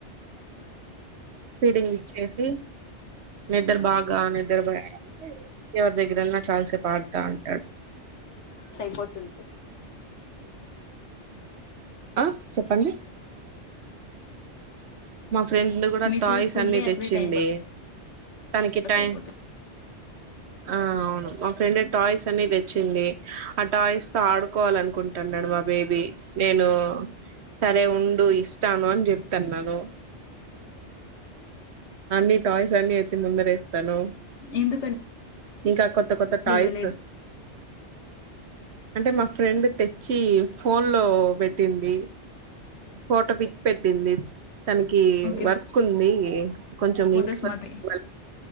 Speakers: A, on the right (about 70°); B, on the left (about 85°).
A: ఫీడింగ్ ఇచ్చేసి నిద్దర బాగా ని <unintelligible> ఎవర్ దగ్గరన్నా చాల సేపు ఆడుతా అంటాడు
B: సైపోతుంది
A: అ చెప్పండి మా ఫ్రెండ్ గూడా
B: మీకు
A: టాయ్స్
B: ఫుల్
A: అన్ని
B: డే
A: తెచ్చింది
B: అక్కడే టైం
A: తనకి
B: పాస్
A: టైం
B: అయిపోతుంది
A: ఆ అవును మా ఫ్రెండ్ టాయ్స్ అన్నీ తెచ్చింది, ఆ టాయ్స్ తో ఆడుకోవాలనుకుంటున్నాడు వా బేబీ నేనూ సరే ఉండు ఇస్తాను అని చెప్తన్నాను అన్ని టాయ్స్ అన్ని ఎత్తి ముందర ఏస్తాను
B: ఎందుకంటే
A: ఇంకా కొ కొత్త కొత్త టాయిస్
B: ఇవ్వలేదు
A: అంటే మా ఫ్రెండ్ తెచ్చి ఫోన్ లో పెట్టింది ఫోటో పిక్ పెట్టింది తనకి
B: ఓకే
A: వర్క్ ఉంది కొంచెం
B: ఫొటోస్
A: ఇంట్లో
B: మాత్రమే
A: వ వర్క